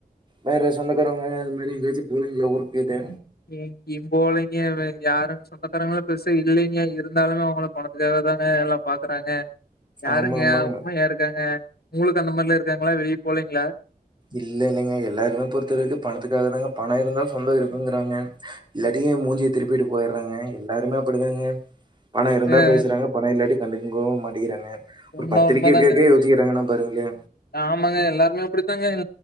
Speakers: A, on the right; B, on the left.
A: வேற சொந்தக்காரவங்க அந்த மாரி எங்கயாச்சும் போலிங்களா ஊருக்கு போயிட்டு
B: எங்கியிம் போலிங்க வேற யாரும் சொந்தக்காரங்கள்ல பெருசா இல்லிங்கயா இருந்தாலுமே அவங்களுக்கு பணத்துக்காக தாங்க எல்லா பாக்குறாங்க யாருங்க
A: ஆமா, ஆமாங்க.
B: உண்மையாருக்காங்க உங்களுக்கு அந்த மாரிலா இருக்காங்களா வெளிய போலீங்களா
A: இல்ல இல்லங்க எல்லாருமே பொறுத்தளவுக்கு பணத்துக்காக தாங்க பணம் இருந்தா சொந்தோ இருக்குங்கிறாங்க இல்லாட்டியும் மூஞ்சிய திருப்பிட்டு போயிருறாங்க எல்லாருமே அப்டிதாங்க பணோ இருந்தா
B: அ
A: பேசுறாங்க பணோ இல்லாட்டி கண்டுவும் மாட்டங்கிறாங்க ஒரு
B: உண்ம
A: பத்திரிக்க
B: உண்மதாங்க
A: வைக்ககே சிக்கிறாங்கன்னா பாருங்களே
B: ஆமாங்க எல்லாருமே அப்டித்தாங்க